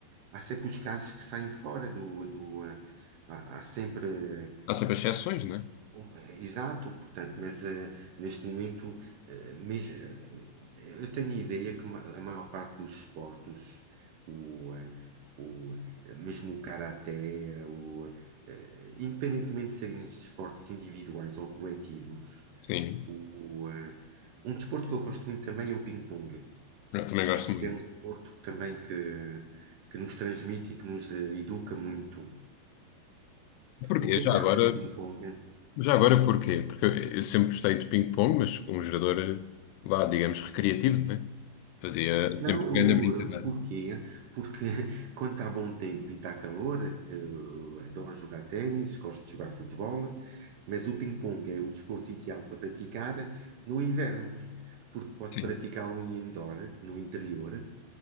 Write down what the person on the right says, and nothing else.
há sempre os casos que saem fora do, do, eh, há, há sempre.
Um, eh, Exato, portanto, mas eh, neste momento, eh, mes- eh, eu tenho a ideia que ma- a maior parte dos esportes, o, eh, o, eh, mesmo o karaté, eh, o, eh, independentemente de serem esportes individuais ou coletivos,
o, eh, um desporto que eu gosto muito também é o ping-pong.
Acho
que é um desporto também que, que nos transmite e que nos eh, educa muito.
O que
é que
acha do ping-pong?
Não,
o,
eh, porquê? Porque <laughs> quando está bom tempo e está calor, eu adoro jogar ténis, gosto de jogar futebol, mas o ping-pong é o desporto ideal para praticar no inverno, porque pode
praticá-lo em indoor, no interior.